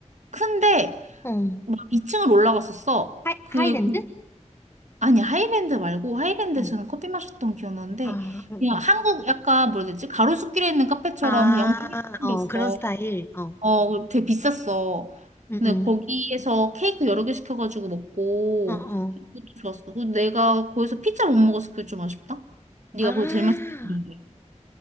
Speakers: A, on the right; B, on the left.
A: 큰데
B: 어.
A: 막 2층을 올라갔었어.
B: 하이,
A: 그,
B: 하이랜드?
A: 아니, 하이랜드 말고, 하이랜드에서는
B: 어.
A: 커피 마셨던 기억이 나는데,
B: 아, 응응.
A: 그냥 한국 약간 뭐라 해야 되지? 가로수길에 있는 카페처럼
B: 아,
A: 그냥 엄청
B: 어,
A: 했어.
B: 그런 스타일. 어.
A: 어, 되게 비쌌어.
B: 응응.
A: 근데 거기에서 케이크 여러 개 시켜가지고 먹고,
B: 어, 어.
A: 그것도 좋았어. 그 내가 거기서 피자 못 먹어서 그게 좀 아쉽다? 네가
B: 아, 아,
A: 거기 제일 맛있다고 그러는데.